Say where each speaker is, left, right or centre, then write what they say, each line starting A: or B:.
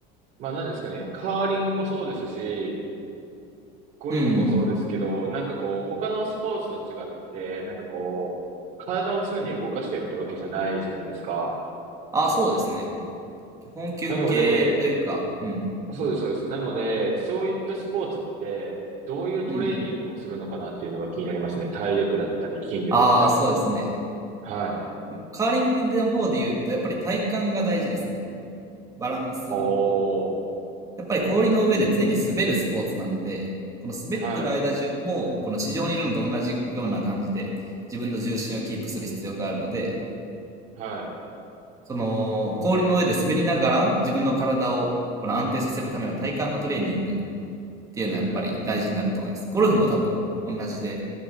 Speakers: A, on the right; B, on the right.
A: まあ何ですかね。カーリングもそうですし、ゴルフもそうですけど、
B: うん。
A: なんかこう、他のスポーツと違って、なんかこう、体を常に動かしてるってわけじゃないじゃないですか。
B: ああ、そうですね。基本休憩というか、
A: なので、
B: うん。
A: そうです、そうです。なので、そういったスポーツって、どういうトレーニングをするのかなっていうのが気になりますね。
B: うん。
A: 体力だったり、筋力だったり。
B: ああ、そうですね。
A: はい。
B: カーリングの方で言うと、やっぱり体幹が大事ですね。バランス。
A: おー。
B: やっぱり氷の上で常に滑るスポーツなので、この滑ってる間中も、
A: はい。
B: この地上にいるのと同じような感じで、自分の重心をキープする必要があるので、
A: はい。
B: その氷の上で滑りながら自分の体をこの安定させるための体幹のトレーニングっていうのはやっぱり大事になると思います。
A: うん、うん。
B: ゴルフも多分同じで、